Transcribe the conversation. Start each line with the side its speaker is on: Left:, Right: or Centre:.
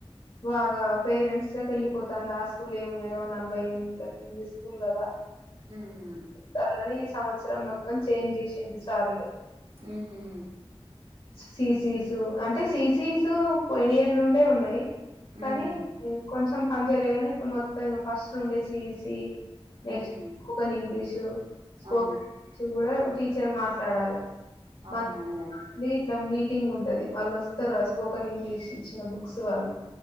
Left: బాగా పేరెంట్స్ లోక వెళ్ళిపోతంది ఆ స్కూల్ ఏముంది నలభై ఏళ్ల కింది స్కూల్ కదా
Right: హ్మ్
Left: సర్లే ని ఈ సంవత్సరం మొత్తం చేంజ్ చేసింది సారిగా
Right: ఊహుహు
Left: సీసీసు అంటే సీసీసు పోయిన ఇయరు నుండే ఉన్నాయి
Right: హ్మ్
Left: కానీ కొంచెం పని చేయలే అని ఇప్పుడు మొత్తం ఇంక ఫస్ట్ ఉండే సిసి
Right: హ్మ్
Left: నెక్స్ట్
Right: హ్మ్.
Left: స్పోకెన్ ఇంగ్లీషు స్పోకన్
Right: ఆ
Left: ఈ కూడా టీచర్ మాట్లాడాలి
Right: అవునా
Left: మ
Right: మేడం
Left: లే ఇట్లా మీటింగ్ ఉంటది వాళ్ళు వస్తారు స్పోకన్ ఇంగ్లీష్ ఇచ్చిన బుక్స్ వాళ్ళు